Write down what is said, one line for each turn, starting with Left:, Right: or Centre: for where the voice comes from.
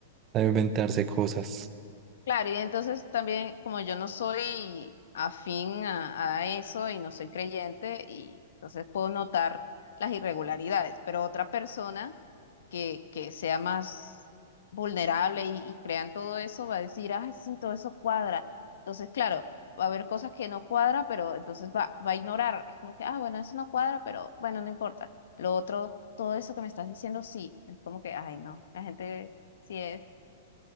Right: a inventarse cosas.
Left: Claro, y entonces también, como yo no soy afín a, a eso y no soy creyente, y entonces puedo notar las irregularidades, pero otra persona que, que sea más vulnerable y, y crean todo eso, va a decir, ay, sí, todo eso cuadra. Entonces, claro, va a haber cosas que no cuadra, pero entonces va, va a ignorar. Es como que, ah, bueno, eso no cuadra, pero bueno, no importa. Lo otro, todo eso que me estás diciendo, sí. Es como que, ay, no, la gente sí es